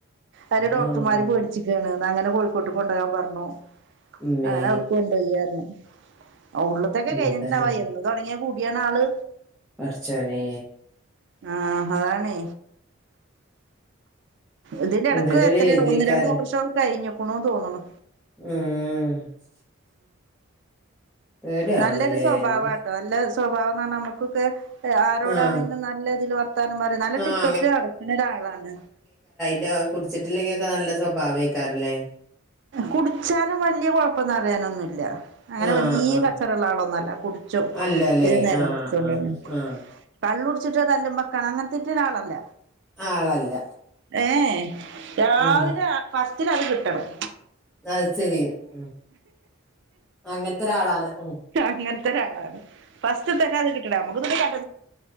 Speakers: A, on the right; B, in the centre.
A: അവര് ഡോക്ടർമാര്
B: ആഹ്
A: പേടിച്ചിക്കാണ് അങ്ങനെ കോഴിക്കോട്ടക്ക് കൊണ്ടകാൻ പറഞ്ഞു
B: ഇമ്മേ
A: ആ ഞാനവിടക്ക് കൊണ്ടോയാരുന്നു ഉള്ളിത്തൊക്കെ
B: എന്താല്ലേ
A: കഴിഞ്ഞിട്ടുണ്ടാവ എന്ന് തുടങ്ങിയ കൂടിയാണ് ആള്
B: പടച്ചോനെ
A: ആഹ് അതാണെ ഇതിന്റെ ഇടയ്ക്ക്
B: എന്തെല്ലൊരു
A: എത്രയ
B: എഴുതേക്കാരെ
A: ഒന്ന് രണ്ടോ ഓപ്പറേഷനോ കഴിഞ്ഞക്കണുന്ന് തോന്നണു
B: ഉം പേടിയാവണല്ലേ
A: നല്ലൊരു സ്വഭാവാട്ടോ
B: എന്ത്
A: നല്ല സ്വഭാവന്നർഞ്ഞ നമ്മുക്കൊക്കെ ആരോടാണെങ്കിലും
B: ആഹ്
A: നല്ല ഇതിൽ വർത്താനം പറിം. നല്ല
B: ആഹ്
A: ടിപ് ടോപ്പിൽ അട്ക്ക്ണൊരാളാണ്.
B: യാ കുടിച്ചിട്ടില്ലെങ്കി ഒക്കെ നല്ല സ്വഭാവയ്ക്കാരല്ലേ
A: കുടിച്ചാലും വല്യയ കൊഴപ്പൊന്നും അറിയാനൊന്നുല്ല. അങ്ങനെ
B: ആഹ്
A: വലീയ്
B: ആഹ്
A: കച്ചറ ഉള്ള ആളൊന്നല്ല കുടിച്ചും.
B: അല്ലല്ലേ
A: ഏത് നേരും
B: ആഹ്
A: കുടിച്ചോണ്ടന്നേ.
B: ആഹ് ആഹ്
A: കള്ളു കുടിച്ചിട്ട് തല്ലുമ്പ കാണ അങ്ങൻതേറ്റനാളല്ല.
B: ആളല്ല
A: ഏ രാവിലെ
B: ഉം
A: ഫസ്റ്റിലത് കിട്ടണം
B: അത് ചെരി ഉം അങ്ങത്തെരാളാണ് ഉം
A: അങ്ങനത്തെ ഒരാളാണ് ഫസ്റ്റ്തന്നെ ആക്ക് കിട്ടണം നമുക്കൊന്നും പോയി പ